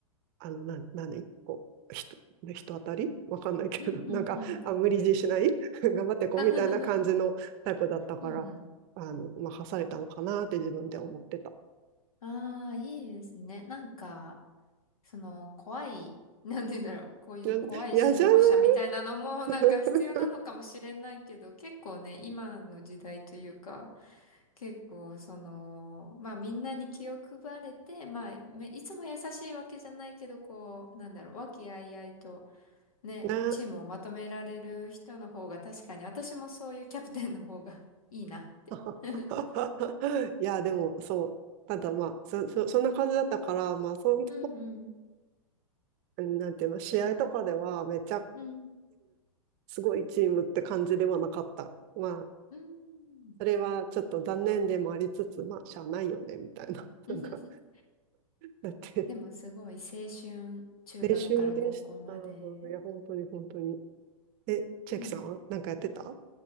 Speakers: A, on the right; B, on the left.
A: あの、な、何こう、人、人当たりわかんないけど、
B: うんうんうん。
A: <laughs> なんか、あ、無理強いしない <laughs> 頑張ってこうみたいな感じのタイプだったから、
B: <laughs> うんうん。
A: あの、任されたのかなって自分で思ってた。
B: <laughs> ああ、いいですね。なんか、その、怖い、<laughs> なんて言うんだろう、こういう怖い指導者みたいなのもなんか必要なのかもしれないけど、
A: いや、嫌じゃない <laughs>
B: 結構ね、今の時代というか、結構その、まあみんなに気を配れて、まあめいつも優しいわけじゃないけど、こう、なんだろう、和気あいあいとね、
A: な
B: チームをまとめられる人の方が確かに、私もそういうキャプテンの方がいいなって。
A: <laughs>
B: <laughs>
A: いや、でも、そう。ただまあ、そ、そ、そんな感じだったから、まあ、その、
B: うんうん。
A: なんていうの、試合とかでは、めっちゃ、
B: うん。
A: すごいチームって感じではなかった。まあ、
B: うん。
A: それはちょっと残念でもありつつ、まあ、しゃあないよね、みたいな。<laughs>
B: <laughs>
A: なんか、だって、
B: でもすごい青春、中学から高校まで。
A: 練習でした。いや、本当に、本当に。え、千秋さんはなんかやってた
B: いいな。